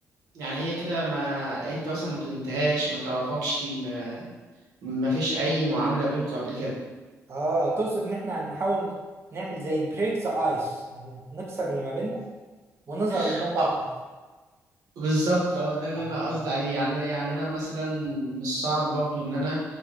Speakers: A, on the right (about 80°); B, on the right (about 45°).
A: يعني هي كده ما انت مثلا ما كلمتهاش ما تعرفكش ما ما فيش اي معامله بينكم قبل كده
B: اه تقصد ان احنا نحاول نعمل زي بريك ذا ايس يعني نكسر اللي ما بيننا ونظهر
A: <laughs>
B: قدام بعض اكتر
A: بالظبط اه ده اللي
B: آه.
A: انا قصدي عليه يعني أنا- يعني انا مثلا مش صعب برضو ان انا